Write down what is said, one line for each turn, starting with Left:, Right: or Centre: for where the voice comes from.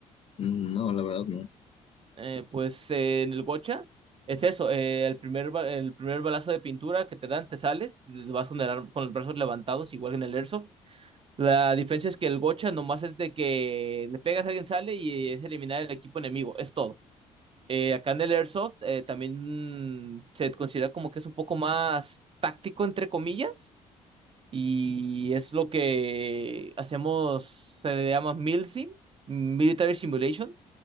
Left: Mm, No, la verdad no.
Right: Eh, pues eh, en el Gocha es eso, eh, el primer, ba- el primer balazo de pintura que te dan, te sales, vas con el, ar- con los brazos levantados, igual que en el Airsoft la diferencia es que el gocha nomás es de que le pegas a alguien, sale y es eliminar el equipo enemigo, es todo. Eh, acá en el Airsoft eh, también mm, se considera como que es un poco más táctico, entre comillas, y es lo que hacemos, se le llama MILSIM, Military Simulation.